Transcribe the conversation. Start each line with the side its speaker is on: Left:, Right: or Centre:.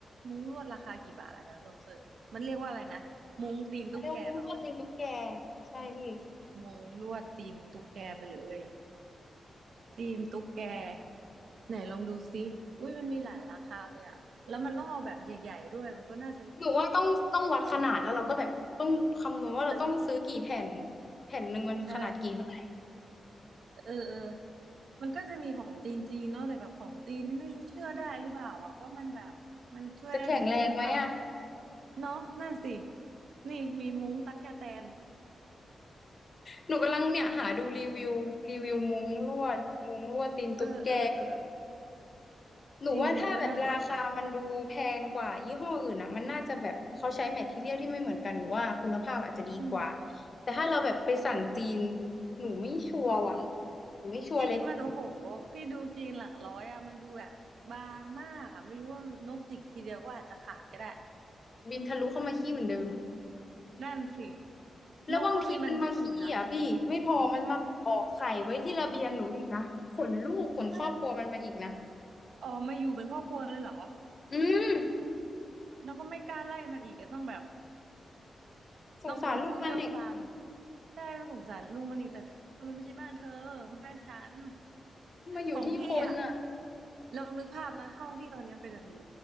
Right: มุ้งลวดราคากี่บาทอะเดี๋ยวลองเสิร์ชดิมันเรียกว่าอะไรนะมุ้งตีนตุ๊กแกเนาะ
Left: เขาเรียกว่ามุ้งลวดติดตุ๊กแกใช่พี่
Right: มุ้งลวดตีนตุ๊กแกไปเลย ตีนตุ๊กแกไหนลองดูซิอุ้ยมันมีหลายราคาเลยอะแล้วมันต้องเอาแบบใหญ่ๆด้วยมันก็น่าจะ
Left: หนูว่าต้องต้องวัดขนาดแล้วเราก็แบบต้องคำนวณว่าเราต้องซื้อกี่แผ่น
Right: ไป
Left: แผ่นหนึ่งมันขนาดกี่เท่าไหร่
Right: ใช่เออเออมันก็จะมีของจีนจีนเนาะแต่แบบของจีนนี่ไม่รู้เชื่อได้หรือเปล่าอะว่ามันแบบมันช่วยได้จริงหรือเปล่า
Left: จะแข็งแรงไหมอ่ะ
Right: เนาะนั่นสินี่มีมุ้งตั๊กแตน
Left: หนูกำลังเนี่ยหาดูรีวิวรีวิวมุ้งลวดมุ้งลวดตีนตุ๊กแก
Right: เออเออเออ
Left: หนูว่าถ้าแบบราคามันดูแพงกว่ายี่ห้ออื่นอ่ะมันน่าจะแบบเขาใช้แมททีเรียลที่ไม่เหมือนกันหนูว่าคุณภาพอาจจะดีกว่า
Right: จริงมันก็น่าสนใจอืม
Left: แต่ถ้าเราแบบไปสั่งจีนหนูไม่ชัวร์ว่ะหนูไม่ชัวร์เลย
Right: จีนมันโอ้โหพี่ดูจีนหลักร้อยอะมันดูแบบบางมากอะไม่รู้ว่านกจิกทีเดียวก็อาจจะขาดก็ได้
Left: บินทะลุเข้ามาขี้เหมือนเดิม
Right: จริง นั่นสิ
Left: แล้วบางทีมันมาขี้อ่ะพี่ไม่พอมันมาออกไข่ไว้ที่ระเบียงหนูอีกนะขนลูกขนครอบครัวมันมาอีกนะ
Right: นกพวกนี้มันดื้อนะถ้าออกมาอยู่เป็นครอบครัวเลยเหรอ
Left: อืม
Right: แล้วก็ไม่กล้าไล่มันอีกก็ต้องแบบ
Left: สงสารลูกมันเนี่ย
Right: ต้องเป็นผู้เชี่ยวชาญใช่ต้องสงสารลูกมันอีกแต่เธอมันไม่ใช่บ้านเธอมันบ้านฉัน
Left: มาอยู่ที่คนอ่ะ
Right: ของพี่อ่ะลองนึกภาพนะห้องพี่ตอนนี้มันเป็นแบบนี้